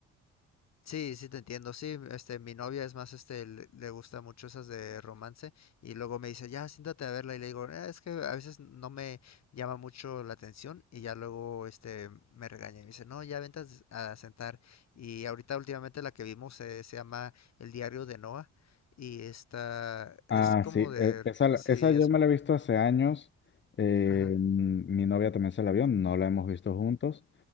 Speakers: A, on the left (about 60°); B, on the left (about 40°).
A: Sí, sí te entiendo, sí, este, mi novia es más, este, le, le gusta mucho esas de romance y luego me dice, ya, siéntate a verla y le digo, "Eh, es que a veces no me llama mucho la atención y ya luego, este, me regaña y me dice, no, ya vente a s- a sentar y ahorita últimamente la que vimos eh, se llama El diario de Noah y esta es
B: Ah,
A: como
B: sí,
A: de,
B: e-
A: r-
B: esa, la-
A: sí,
B: esa yo
A: es,
B: me la he visto hace años. eh,
A: ajá,
B: m- mi novia también se la vio, no la hemos visto juntos,